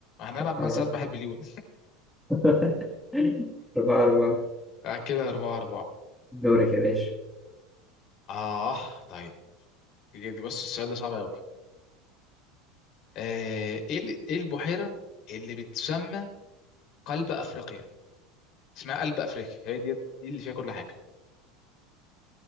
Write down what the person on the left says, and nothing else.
هنلعب من
سيربح المليون
<laughs> آه كده اربعة اربعة
اه طيب دي دي بص السؤال ده صعب قوي آه ايه ال- ايه البحيرة اللي بتسمى قلب افريقيا اسمها قلب افريقيا هي دي دي اللي فيها كل حاجة